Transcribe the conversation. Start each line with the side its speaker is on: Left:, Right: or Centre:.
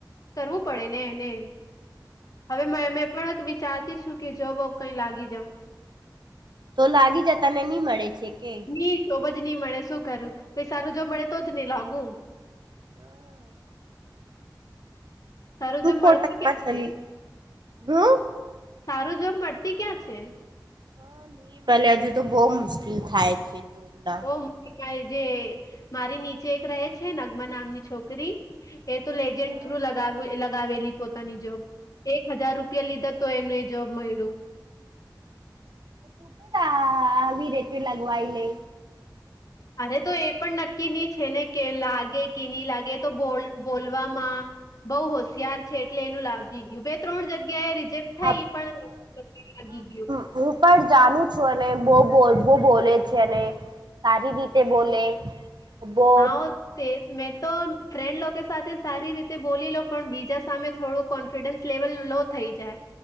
Left: કરવું પડે ને એને હવે મે મે પણ વિચારતી છું કે જોબ વોબ કઈ લાગી જઉં
Right: તો લાગી જતા ને નહી મળે છે કે
Left: કી તોબજ નહી મળે શું કરું કોઈ સારું જો મળે તો જ નઈ લાગુ
Right: હા.
Left: સારું
Right: તું
Left: જોબ
Right: કોટકમાં
Left: મળતી ક્યાં
Right: ચલી
Left: છે
Right: શું
Left: સારું જોબ મળતી ક્યાં છે.
Right: હા. પેલે હજુ તો બહુ મુશ્કેલ થાય છે. જોબના
Left: ઓ મારી જે મારી નીચે એક રહે છે નગમા નામની છોકરી એ તો લેજન્ટ
Right: હા
Left: થ્રુ લગાવેલી પોતાની જોબ એક હજાર રૂપિયા લીધા તો એનું એને જોબ મળ્યું
Right: તો પણ આવી રેટ લગવાય લે
Left: અરે તો એ પણ નક્કી ની છે ને કે લાગે કે નહી લાગે તો બોલ બોલવામાં બઉ હોશિયાર છે એટલે એનું લાગી ગયું બે ત્રણ જગ્યા એ રિજેક્ટ થાય
Right: હા
Left: પણ પછી લાગી ગયું
Right: હું પણ જાણું છું અને બહું બઉ બોલે છે અને સારી રીતે બોલો બઉ.
Left: હા ઓ તે મેં તો ફ્રેન્ડ લોકો સાથે સારી રીતે બોલી લો પણ બીજા સામે થોડુંક કોન્ફિડન્સ લેવલ લો થઈ જાય.